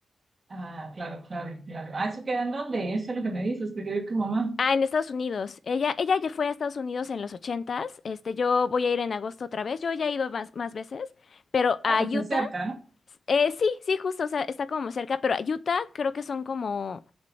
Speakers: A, on the right; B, on the left.
A: Ah, claro, claro, claro. Ah, ¿eso queda en dónde? Eso es lo que me dices, que vive tu mamá.
B: Ah, en Estados Unidos. Ella, ella ya fue a Estados Unidos en los ochentas. Este, yo voy a ir en agosto otra vez. Yo ya he ido más, más veces, pero a
A: Ah, pues
B: Utah,
A: está cerca, no
B: eh, sí, sí, justo, o sea, está como cerca, pero a Utah creo que son como,